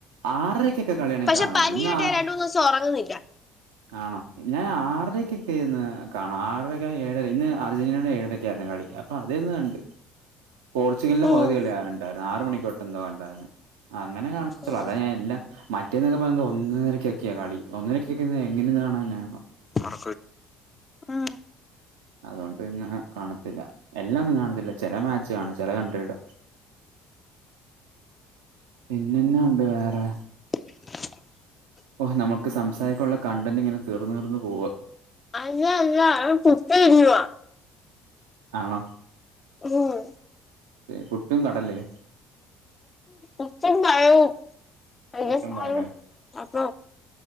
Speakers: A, on the right (about 85°); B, on the left (about 30°).
A: ആറരക്കൊക്കെ കളിയണെങ്കിൽ
B: പക്ഷെ
A: കാണൂടി
B: പനിയായിട്ട്
A: ഇന്ന് ആറ്
B: ഞാൻ രണ്ട് മൂന്ന് ദിവസം ഉറങ്ങുന്നില്ല
A: ആണോ ഞാൻ ആറരയ്ക്കൊക്കെന്ന് കാണാം ആറരക്കെ ഏഴര ഇന്ന് അർജന്റീനയുടെ ഏഴരൊക്കെ ആയിരുന്നു കളി അപ്പൊ അത കണ്ട് പോർച്ചുഗലിന്റെ
B: ഉം
A: പകുതികള ഉണ്ടായിരുന്നു ആറ മണിക്കോട്ട എന്തോ ഉണ്ടായിരുന്നു അങ്ങനെ കാണത്തുള്ള
B: ഉം
A: അത ഞാൻ എല്ലാ മറ്റേന്നൊക്കെ പറയത് ഒന്നരക്കൊക്കെയാ കളി ഒന്നരക്കൊക്കെ എങ്ങനെയന്ന് കാണന്ന
B: ക്ക ആ
A: അതുകൊണ്ട് ഇന്ന്െ കാണത്തില്ല എല്ലാം ഒന്നും കാണത്തില്ല ചില മാച്ച് കാണും ചില കൺട്രിയുടെ പിന്നന്നെ ഉണ്ട് വേറെ
B: <unintelligible>
A: ഓ് നമ്മുക്ക് സംസാരിക്കാനുള്ള കണ്ടന്റ് ഇങ്ങനെ തീർന്നു തീർന്നു പോവ
B: അല്ല അല്ല കുത്ത വന്നുവ
A: ആണോ
B: ആഹ
A: പുട്ടും കടല്ലേ
B: ഉപ്പണ്ടായും പസ
A: പുട്ടും പഴവും
B: അപ്പ